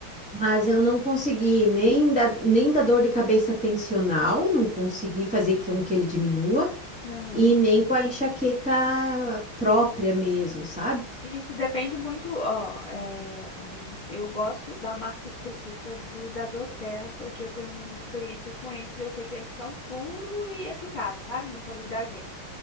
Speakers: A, in the centre; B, on the left.
A: Mas eu não consegui nem da, nem da dor de cabeça tensional, não consegui fazer com que ele diminua,
B: Aham.
A: e nem com a enxaqueca própria mesmo, sabe?
B: Isso depende muito, ó, é, um, eu gosto da marca específica do da Doterra, porque eu tenho uma experiência com eles e eu sei que eles são puro e eficazes, sabe, na saúde da gente.